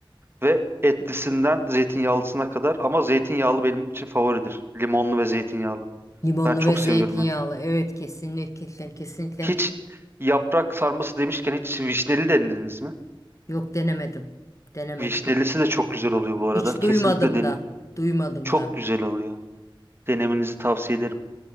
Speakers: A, on the right; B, on the left.
A: Ve etlisinden zeytinyağlısına kadar ama zeytinyağlı benim için favoridir. Limonlu ve zeytinyağlı.
B: Limonlu
A: Ben çok
B: ve zeytinyağlı.
A: seviyorum onu.
B: Evet kesinlikle kesinlikle.
A: Hiç yaprak sarması demişken hiç vişneli denediniz mi?
B: Yok denemedim. Denemedim.
A: Vişnelisi de çok güzel oluyor bu
B: Hiç
A: arada. Kesinlikle
B: duymadım
A: denin.
B: da. Duymadım
A: Çok
B: da.
A: güzel oluyor. Denemenizi tavsiye ederim.